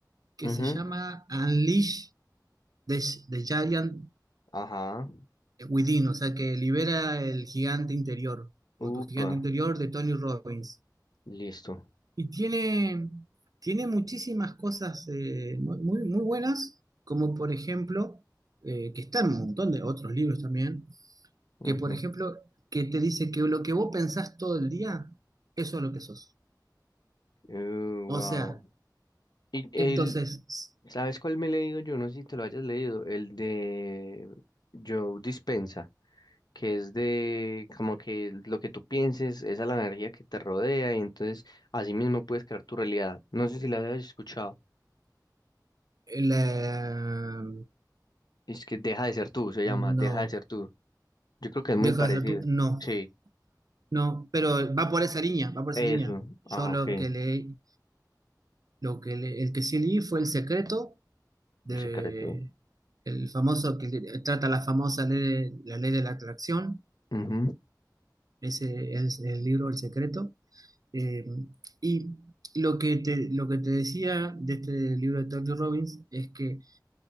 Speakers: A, on the right; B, on the left.
A: que
B: Ujú,
A: se llama Unleash the, the Giant
B: Ajá.
A: Within, o sea, que libera el gigante interior,
B: Upa.
A: o tu gigante interior de Tony Robbins.
B: Listo.
A: Y tiene, tiene muchísimas cosas eh, muy, muy muy buenas, como por ejemplo, eh, que está en un montón de otros libros también,
B: Ujú.
A: que por ejemplo, que te dice que lo que vos pensás todo el día, eso es lo que sos.
B: Uh,
A: O
B: wow.
A: sea,
B: Y el,
A: entonces,
B: ¿Sabes cuál me he leído yo? No sé si te lo hayas leído. El de Joe Dispensa, que es de como que lo que tú pienses, esa es la energía que te rodea y entonces así mismo puedes crear tu realidad. No sé si la hayas escuchado.
A: la-
B: Es que Deja de ser tú, se llama
A: no,
B: Deja de ser tú. Yo creo que es muy
A: deja
B: parecido.
A: de ser tú, no,
B: Sí,
A: no, pero va por esa línea, va por
B: eso.
A: esa línea. Yo
B: Ah,
A: lo
B: ok. El
A: que leí, Lo que le- el que sí leí fue El secreto de
B: secreto.
A: el famoso que le- trata la famosa ley, de- la ley de la atracción,
B: Ujú,
A: ese es el libro El secreto. Eh, y lo que te, lo que te decía de este libro de Tony Robbins es que